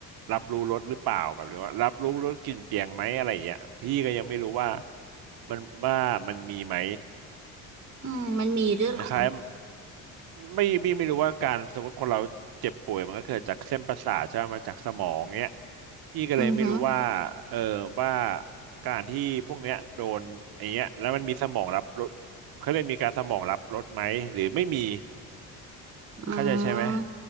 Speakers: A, on the right (about 60°); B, on the right (about 30°).
A: รับรู้รสหรือเปล่าแบบนี้ว่ารับรู้รสกลิ่นเสียงไหมอะไรอย่างเงี้ยพี่ก็ยังไม่รู้ว่ามันว่ามันมีไหม
B: อืมมันมีด้วยเหรอ
A: คล้าย ไม่พี่ไม่รู้ว่าการสมมติคนเราเจ็บป่วยมันก็เกิดจากเส้นประสาทใช่ไหมมาจากสมองเนี้ยพี่ก็เลยไม่รู้ว่า
B: อือฮึ
A: เออว่าการที่พวกเนี้ยโดนไอ้เนี้ยแล้วมันมีสมองรับรสเขาเรียกมีการสมองรับรสไหมหรือไม่มี
B: อื
A: เข้าใจใช่ไหม
B: ม